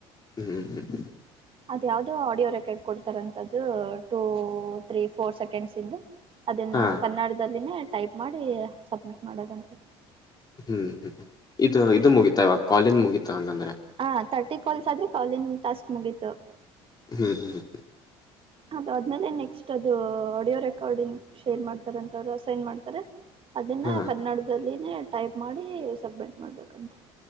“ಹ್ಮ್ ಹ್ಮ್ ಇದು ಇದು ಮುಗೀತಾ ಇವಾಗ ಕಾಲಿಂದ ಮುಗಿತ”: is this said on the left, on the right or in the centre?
Left